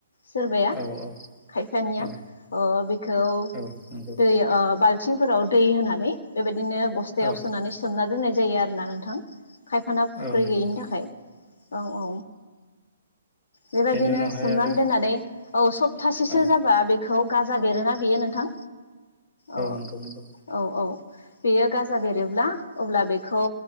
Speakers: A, on the left; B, on the left.
A: सोरबाया
B: औ औ
A: खायफानिया
B: औ
A: ओ बेखौ
B: औ नंगौ
A: दै ओ बाल आथिंफोराव दै होनानै बेबायदि बिदिनो बस्थायाव
B: औ
A: सोनानै सोमना दोननाय जायो आरोना नोंथां खायफाना फुख्रि
B: औ नंगौ
A: गैयिनि
B: नोंथां
A: थाखाय औ औ बेबायदिनो
B: बेनि उनावहाय
A: सोमनानै
B: आरो
A: दोननानै औ सप्तासेसो
B: औ
A: जाबा बे खौ गाजा बेरोना बेयो नोंथां? औ
B: नंगौ नंगौ
A: औ औ। बेये गाजा बेेरो अब्ला बे खौ